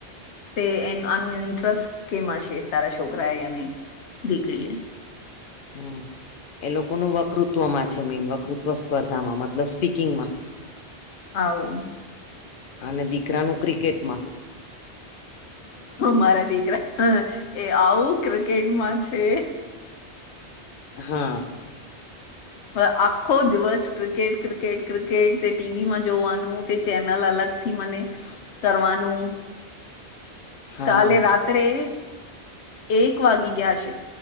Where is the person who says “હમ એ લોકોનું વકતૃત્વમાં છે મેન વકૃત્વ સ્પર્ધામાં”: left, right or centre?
Left